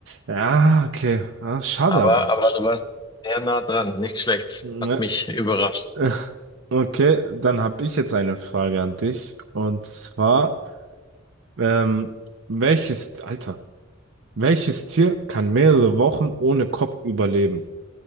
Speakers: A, on the right (about 65°); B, on the left (about 20°).
A: Ja, okay. Ah, schade
B: Aber,
A: aber.
B: aber du warst sehr nah dran. Nicht schlecht.
A: Ja.
B: Hat mich überrascht.
A: <laughs> Okay, dann habe ich jetzt eine Frage an dich. Und zwar, ähm, welches, Alter, welches Tier kann mehrere Wochen ohne Kopf überleben?